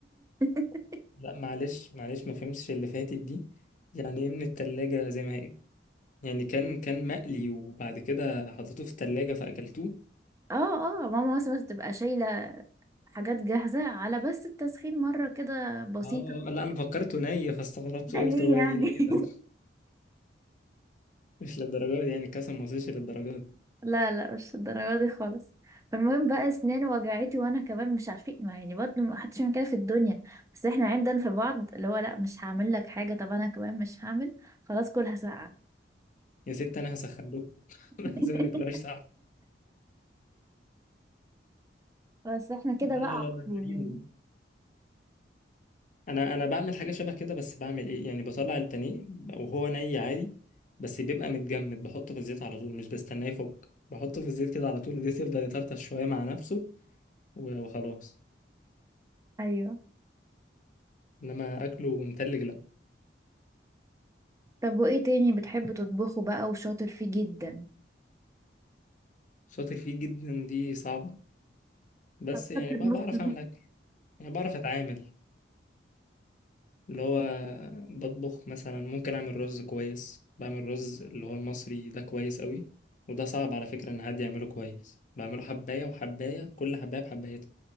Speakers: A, on the right (about 15°); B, on the left (about 45°).
A: <laughs>
B: لا معلش معلش ما فهمتش اللي فاتت دي يعني ايه من التلاجة زي ما هي يعني كان كان مقلي وبعد كده حطيتوه في التلاجة فأكلتوه
A: اه اه ماما مثلا تبقى شايلة حاجات جاهزة على بس التسخين مرة كده بسيطة
B: اه لا انا فكرته ني فاستغربت
A: لا
B: قلت
A: ليه
B: هو
A: يعني
B: اللي ايه ده مش للدرجة دي يعني الكاسة ما وصلش للدرجة دي
A: <laughs> لا لا مش الدرجة دي خالص فالمهم بقى اسناني وجعتي وانا كمان مش عارفين ما يعني برضه ما حدش يعمل كده في الدنيا بس احنا عندنا في بعض اللي هو لا مش هعمل لك حاجة طب انا كمان مش هعمل خلاص كلها ساقعة
B: يا ست انا هسخن لكم <laughs>
A: <laughs>
B: زي ما تاكلوهاش تعب
A: بس احنا كده
B: لا
A: بقى على
B: لا لا ده غريبة
A: طول يعني
B: دي انا انا بعمل حاجه شبه كده بس بعمل ايه يعني بطلع البانيه وهو ني عادي بس بيبقى متجمد بحطه في الزيت على طول مش بستناه يفك بحطه في الزيت كده على طول الزيت يفضل يطرطش شويه مع نفسه و- وخلاص
A: ايوه
B: انما اكله متلج لا
A: طب وايه تاني بتحب تطبخه بقى وشاطر فيه جدا
B: شاطر فيه جدا دي صعبه بس يعني
A: شاطر
B: بقى
A: نص
B: بعرف
A: نص.
B: اعمل اكل يعني بعرف اتعامل اللي هو بطبخ مثلا ممكن اعمل رز كويس بعمل رز اللي هو المصري ده كويس قوي وده صعب على فكره ان حد يعمله كويس بعمله حبايه وحبايه كل حبايه بحبايتها